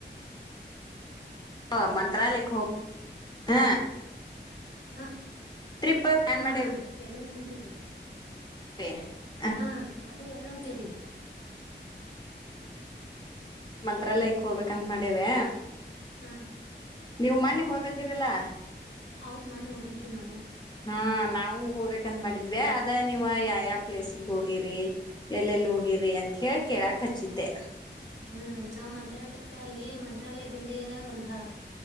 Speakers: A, on the left (about 20°); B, on the left (about 80°).
A: ಹ ಮಂತ್ರಾಲಯಕ್ಕೆ ಹೋ ಹ
B: ಹಾ
A: ಟ್ರಿಪ್ ಪ್ಲಾನ್
B: ಹಾ
A: ಮಾಡೇವಿ
B: ಎಲ್ಲೆಲ್ಲ್ ಹೊಂಟೀರಿ?
A: ಪೆ <unintelligible>
B: ಹಾ ಅದೇ ಎಲ್ಲ ಹೊಂಟೀರಿ?
A: ಮಂತ್ರಾಲಯಕ್ ಹೋಗ್ಬೇಕಂತ್ ಮಾಡೇವೆ.
B: ಹಾ
A: ನೀವು ಮನ್ನೆ ಹೋಗ್ ಬಂದಿರಲ್ಲಾ.
B: ಹೌದ್ ಮನ್ನೆ ಹೋಗಿದ್ವಿ ನಾವು.
A: ಹಾ ನಾವು ಹೋಗ್ಬೇಕಂತ್ ಮಾಡಿದ್ವಿ ಅದ ನೀವ ಯಾವ ಯಾವ ಪ್ಲೇಸಿಗೆ ಹೋಗಿರಿ. ಎಲ್ಲೆಲ್ಲಿ ಹೋಗಿರ್ರಿ ಅಂತ ಹೇಳಿ ಕೇಳಾಕ್ ಹಚ್ಚಿದ್ದೆ.
B: ಹ್ಮ್ ನಾವ್ ಮಂತ್ರಾಲಯಕ್ಕ ಅಲ್ಲಿ ಮಂತ್ರಾಲಯದಿಂದ ಒಂದ